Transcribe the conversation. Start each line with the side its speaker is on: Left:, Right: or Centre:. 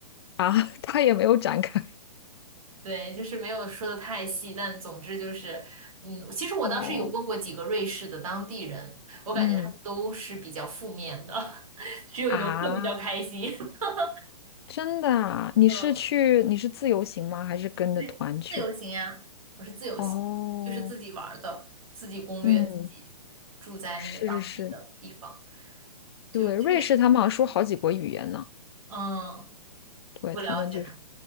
Left: 啊，<laughs> 他也没有展开。
Right: 对，就是没有说的太细，但总之就是，嗯，其实我当时有问过几个瑞士的当地人，
Left: 哦，
Right: 我感觉他们都是比较负面的，
Left: <laughs> 嗯
Right: <laughs> 只有游客比较开心。
Left: 啊，
Right: <laughs>
Left: 真的啊？你是去你是自由行吗？
Right: 嗯，
Left: 还是跟着团去？
Right: 对，自由行呀，我是自由行，
Left: 哦，
Right: 就是自己玩儿的，自己攻略，
Left: 嗯，
Right: 自己住在那个当地的地方，
Left: 是是是，
Right: 就确实，
Left: 对，瑞士他们好像说好几国语言呢。
Right: 嗯，
Left: 对，
Right: 不了解他们，
Left: 他们就是